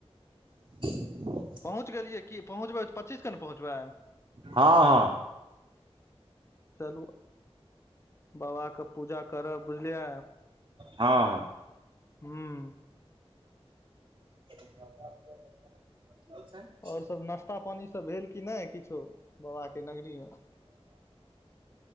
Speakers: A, on the right; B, on the left.
A: <inaudible>
B: पहुँच गेलियै की, पहुँचबै त पच्चीस क ने पहुँचबै।
A: हँ-हँ
B: चलू बाबा के पूजा करब बुझलियै।
A: हँ-हँ
B: हम्म
A: <unintelligible>
B: और सब नाश्ता पानी सब भेल कि नहि किछो, बाबा के नगरी मे